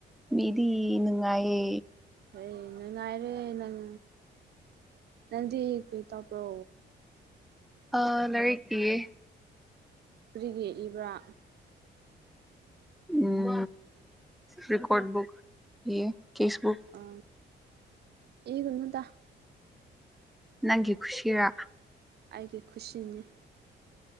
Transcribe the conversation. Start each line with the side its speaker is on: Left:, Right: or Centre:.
Centre: ꯃꯤꯗꯤ ꯅꯨꯅꯨꯡꯉꯌꯦ
Right: ꯍꯣꯏ ꯅꯨꯡꯉꯥꯏꯔꯦ ꯅꯪ ꯅꯪꯗꯤ ꯀꯨꯏ ꯇꯄ꯭ꯔꯣ
Centre: ꯑ ꯂꯏꯀꯤꯦ
Right: ꯐ꯭ꯔꯤꯒꯤ ꯏꯕ꯭ꯔꯥ
Centre: ꯎꯝ ꯔꯀꯣꯔ ꯕꯨꯛ ꯌꯦ ꯀꯦꯁꯕꯨꯛ
Right: ꯑ ꯑꯦꯣꯟꯅ ꯇ
Centre: ꯅꯪꯒꯤ ꯈꯨꯁꯤꯔ
Right: ꯑꯩꯒꯤ ꯈꯨꯁꯤꯅꯤ